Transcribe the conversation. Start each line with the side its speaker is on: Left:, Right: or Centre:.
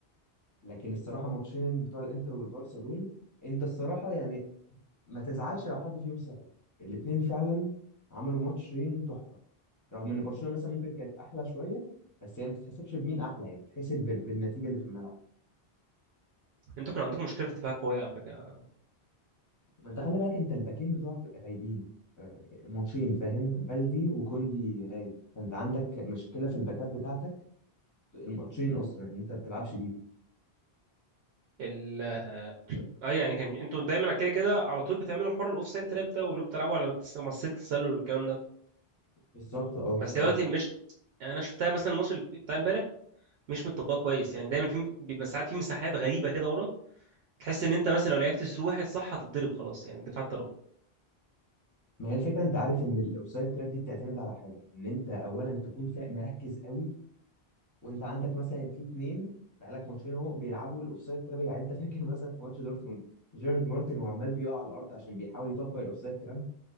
Left: لكن الصراحه ماتشين بتوع الانتر والبارسا دول انت الصراحه يعني ما تزعلش لو حد فيهم صعد الاتنين فعلا عملوا ماتشين تحفه رغم ان برشلونه مثلا ممكن كانت احلى شويه بس هي ما تتحسبش بمين احلى هي تتحسب ب- بالنتيجه اللي في الملعب
Right: انتوا كان عندكم مشكله في الدفاع قويه على فكره
Left: ما انت خلي بالك انت الباكين بتوعك غايبين آه، ماتشين فاهم بلدي وكوندي غايب فانت عندك مشكله في الباكات بتاعتك الماتشين اصلا ان انت ما بتلعبش بيهم
Right: ال
Left: آه،
Right: اه يعني كان انتوا دايما كده كده على طول بتعملوا حوار الاوفسايد تراب ده واللي هو بتلعبوا على مس- مصيدة التسلل والكلام ده
Left: بالظبط اه
Right: بس
Left: اه
Right: هي دلوقتي مش يعني انا شفتها مثلا الماتش اللي بتاع امبارح مش متطبقه كويس يعني دايما في بيبقى ساعات في مساحات غريبه كده ورا تحس ان انت مثلا لو لعبت سرو واحد صح هتتضرب خلاص يعني الدفاع اتضرب
Left: ما هي الفكره انت عارف ان الاوفسايد تراب دي بتعتمد على حاجه ان انت اولا تكون فا- مركز قوي وانت عندك مثلا في اتنين بقالك ماتشين اهو بيلعبوا الاوفسايد تراب يعني انت فاكر مثلا في ماتش دورتموند جيرارد مارتن وعمال بيقع على الارض عشان بيحاول يطبق الاوفسايد تراب